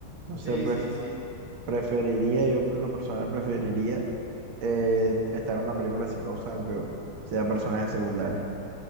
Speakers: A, on the right; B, on the left.
A: Entonces,
B: Sí,
A: pref-
B: sí, sí.
A: preferiría, yo en lo personal preferiría eh, estar en una película exitosa, aunque sea personaje secundario.